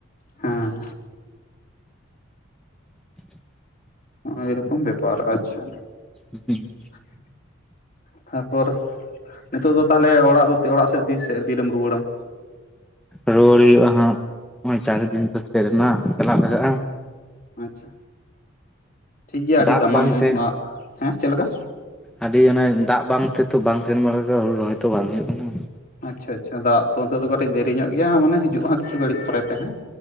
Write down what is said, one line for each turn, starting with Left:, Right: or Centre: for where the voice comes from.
Left: ᱦᱮᱸ
Centre: <inaudible>
Left: ᱦᱚᱸ ᱚᱭ ᱮᱨᱚᱠᱚᱢ ᱵᱮᱯᱟᱨ, ᱟᱪᱪᱷᱟ ᱾
Centre: ᱦᱩᱸ ᱾
Left: <inaudible> ᱛᱟᱨᱯᱚᱨ ᱱᱤᱛᱚᱜ ᱫᱚ ᱛᱟᱦᱚᱞᱮ ᱚᱲᱟᱜ ᱫᱚ ᱚᱲᱟᱜ ᱥᱮᱫ ᱛᱤᱥ ᱥᱮᱫ ᱛᱤᱨᱮᱢ ᱨᱩᱣᱟᱹᱲᱟᱢ?
Centre: ᱨᱩᱣᱟᱹᱲ ᱦᱩᱭᱩᱜᱼᱟᱹ ᱦᱟᱸᱜ ᱱᱚᱜᱼᱚᱭ ᱪᱟᱥ ᱫᱤᱱ ᱛᱚ ᱥᱮᱴᱮᱨᱮᱱᱟ ᱪᱟᱞᱟᱜ ᱞᱟᱜᱟᱜᱼᱟ ᱾
Left: ᱟᱪᱪᱷᱟ, ᱴᱷᱤᱠ ᱜᱮᱭᱟ ᱟᱹᱰᱤ
Centre: ᱫᱟᱜ
Left: ᱫᱟᱢᱟᱱ
Centre: ᱵᱟᱝᱛᱮ
Left: ᱱᱟᱜ, ᱦᱮᱸ ᱪᱮᱫ ᱞᱮᱠᱟ?
Centre: ᱟᱹᱰᱤ ᱚᱱᱮ ᱫᱟᱜ ᱵᱟᱝ ᱛᱮ ᱛᱚ ᱵᱟᱝ ᱥᱮᱱ ᱵᱟᱲᱟ <unintelligible> ᱦᱩᱲᱩ ᱨᱚᱦᱚᱭ ᱛᱚ ᱵᱟᱝ ᱦᱩᱭᱩᱜ ᱠᱟᱱᱟ ᱾
Left: ᱟᱪᱪᱷᱟ ᱟᱪᱪᱷᱟ ᱫᱟᱜ ᱛᱟ ᱚᱱᱛᱮ ᱫᱚ ᱠᱟᱹᱴᱤᱡ ᱫᱮᱨᱤ ᱧᱚᱜ ᱜᱮᱭᱟ ᱢᱟᱱᱮ ᱦᱤᱡᱩᱜᱼᱟ ᱦᱟᱸᱜ ᱠᱤᱪᱷᱩ ᱜᱟᱹᱲᱤᱜ ᱯᱮᱨᱮ ᱛᱮ ᱦᱮᱸ